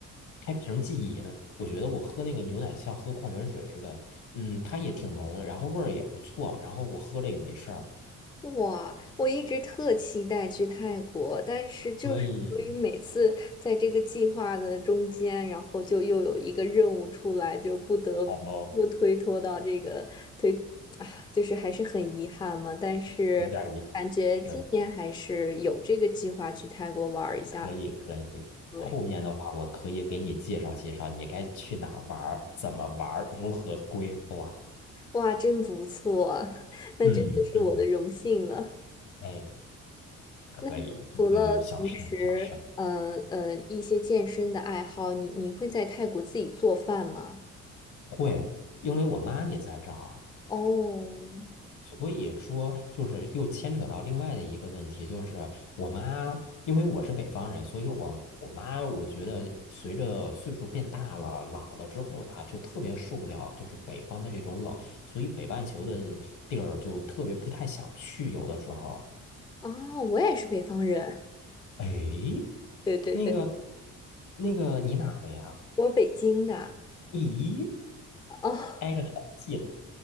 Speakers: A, on the left (about 70°); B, on the left (about 15°).
A: 开瓶即饮。我觉得我喝那个牛奶像喝矿泉水似的，嗯，它也挺浓，然后味儿也不错，然后我喝着也没事儿。
B: 哇，我一直特期待去泰国，但是就是由于每次在这个计划的中间，
A: 所以，
B: 然后就又有一个任务出来，就不得不推脱到这个推，
A: 好吗？
B: 啊，就是还是很遗憾嘛。但是感觉今年还是有这个计划去泰国玩儿一下。
A: 有点遗憾，是可以可以。
B: 对，
A: 后面的话，我可以给你介绍介绍，你该去哪儿玩儿，怎么玩儿，如何规划。
B: 哇，真不错，<laughs> 那真的是我的荣幸了。
A: 嗯嗯。嗯哎，可以，
B: 那你除了平时呃呃一些健身的爱好，
A: 嗯，小事小事。
B: 你你会在泰国自己做饭吗？
A: 对，因为我妈也在这儿，
B: 哦，
A: 所以说就是又牵扯到另外的一个问题，就是我妈，因为我是北方人，所以我我妈，我觉得随着岁数变大了，老了之后吧，就特别受不了，就是北方的这种冷，所以北半球的地儿就特别不太想去，有的时候。
B: 啊，我也是北方人，
A: 哎，
B: <laughs> 对对对，
A: 那个那个，你哪儿的呀？
B: 我是北京的，
A: 咦，
B: 哦，
A: 挨着很近